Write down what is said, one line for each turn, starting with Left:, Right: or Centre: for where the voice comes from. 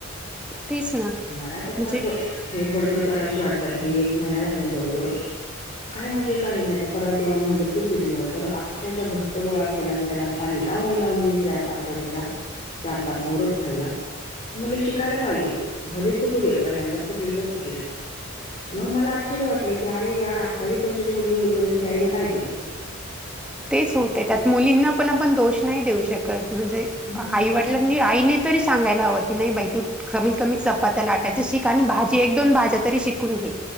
Centre: तेच ना
Left: मला
Centre: म्हणजे
Left: तर फार ग. हे बडबड करावशी वाटते आता ही एक महिना झाला जवळजवळ. काय म्हणजे काही नाही परत तेव्हा म्हणलं तू पीठ मळ तर आ''--'' अक्षरशः घट्ट गोळा केला मी त्याला पाणी लावून लावून मी त्याला पातळ केला. चार तास मुरत ठेवला. मला शिकायला पाहिजे भले चुकू दे पहिल्यांदा चुकलं तर चुकलं. मग मला आश्चर्य वाटलं की, अरे यार अठ्ठावीस वर्षाची मुलगी होईपर्यंत तिच्या आईनं काय केलं.
Centre: तेच होतंय त्यात मुलींना पण आपण दोष नाही देऊ शकत म्हणजे
Left: मग
Centre: आईवडिलांनी. आईने तरी सांगायला हवं की, नाही बाई तू. कमीत कमीत चपात्या लाटायच शिक आणि भाजी एक दोन भाज्या तरी शिकून घे.